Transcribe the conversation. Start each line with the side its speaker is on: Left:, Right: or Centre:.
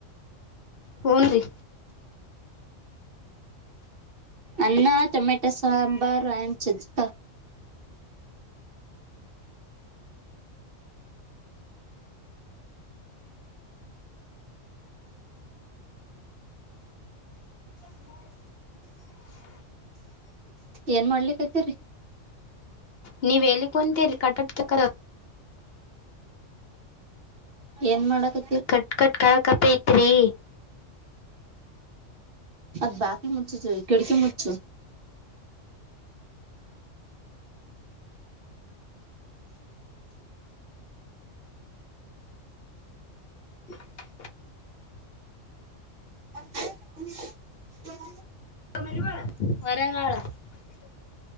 Left: ಹ್ನ್ರಿ-
Right: ಅನ್ನ ಟೊಮ್ಯಾಟೊ ಸಾಂಬಾರ್ ಆಂಡ್ ಚಜ್ಕ.
Left: <inaudible>
Right: ಏನ್ ಮಾಡ್ಲಿಕ್ತಿರಿ.
Left: ನೀ ವೇಳ್ಳಿಕೊಂತೆರಿ ಕಟಡಕ ಕ.
Right: ಏನ್ ಮಾಡಕ.
Left: ಕಟ್ ಕಟ್ ಕಕತ್ತ ಐತ್ರಿ.
Right: ಅದ್ ಬಾಕಲಿ ಮುಚ ಕಿಡಕಿ ಮುಚ್ಚು.
Left: <inaudible>
Right: <inaudible>
Left: <inaudible>